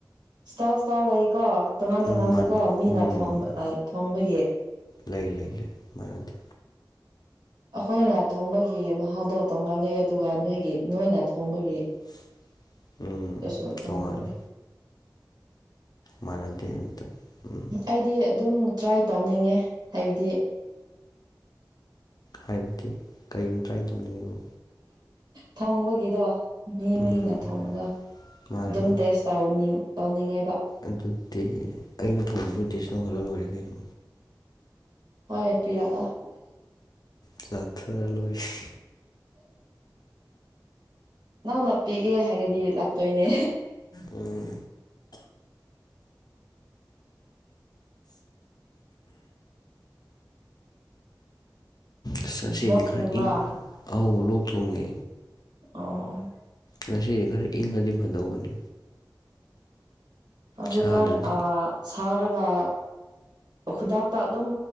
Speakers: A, on the right (about 65°); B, on the left (about 60°).
A: ꯏꯁꯇꯥꯏꯜ ꯏꯁꯇꯥꯏꯜ ꯂꯩꯀꯣ ꯇꯣꯉꯥꯟ
B: ꯎꯝ
A: ꯇꯣꯉꯥꯟꯗꯦꯀꯣ ꯃꯤꯅ
B: ꯎꯝ
A: ꯊꯣꯡꯕ ꯑꯥꯏ ꯊꯣꯡꯕꯒꯤ
B: ꯂꯩ ꯂꯩ ꯂꯩ ꯃꯥꯅꯗꯦ
A: ꯑꯈꯣꯏꯅ ꯊꯣꯡꯕꯒꯤ ꯃꯍꯥꯎꯗꯣ ꯇꯣꯡꯉꯥꯜꯂꯤ ꯑꯗꯨꯒ ꯅꯣꯏꯒꯤ ꯅꯣꯏꯅ ꯊꯣꯡꯕꯒꯤ
B: <inaudible> ꯎꯝ
A: ꯀꯩꯁꯨ ꯇꯣꯡꯉꯥꯜꯗꯦ
B: ꯇꯣꯡꯉꯥꯜꯂꯦ ꯃꯥꯟꯅꯗꯦ ꯑꯝꯇ ꯎꯝ
A: ꯑꯩꯗꯤ ꯑꯗꯨꯝ ꯇ꯭ꯔꯥꯏ ꯇꯧꯅꯤꯡꯉꯦ ꯍꯥꯏꯕꯗꯤ
B: ꯍꯥꯏꯕꯗꯤ ꯀꯩꯅꯣ ꯇ꯭ꯔꯥꯏ ꯇꯧꯅꯤꯡꯉꯤꯕꯨ
A: ꯊꯣꯡꯕꯒꯤꯗꯣ ꯃꯤ
B: ꯎꯝ
A: ꯃꯤꯅ ꯊꯣꯡꯕꯗꯣ
B: ꯃꯥꯅꯦ
A: ꯑꯗꯨꯝ
B: ꯃꯥꯅꯦ
A: ꯇꯦꯁ ꯇꯧꯅꯤꯡ ꯇꯧꯅꯤꯡꯉꯦꯕ
B: ꯑꯗꯨꯗꯤ ꯑꯩꯅ ꯊꯣꯡꯕꯗꯣ ꯇꯦꯁ ꯇꯧꯍꯜꯂ ꯂꯣꯏꯔꯦ ꯀꯩꯅꯣ
A: ꯍꯣꯏ ꯄꯤꯔꯛꯑꯣ
B: ꯆꯥꯊꯔ ꯂꯣꯏꯔꯦ
A: ꯅꯪꯅ ꯄꯤꯒꯦ ꯍꯥꯏꯔꯗꯤ ꯂꯥꯛꯇꯣꯏꯅꯦ
B: ꯎꯝ ꯑꯁ ꯉꯁꯤꯗꯤ
A: ꯂꯣꯛ
B: ꯈꯔ
A: ꯊꯨꯡꯕ꯭ꯔꯥ
B: ꯏꯪ ꯑꯧ ꯂꯣꯛ ꯊꯨꯡꯉꯦ
A: ꯑꯣ
B: ꯉꯁꯤꯗꯤ ꯈꯔ ꯏꯪꯉꯗꯤ ꯐꯗꯧꯕꯅꯤ
A: ꯍꯧꯖꯤꯛꯀꯥꯟ
B: ꯁꯥꯗ꯭ꯔꯗꯤ
A: ꯑꯥ ꯁꯥꯔꯒ ꯈꯨꯗꯥꯛꯇ ꯑꯗꯨꯝ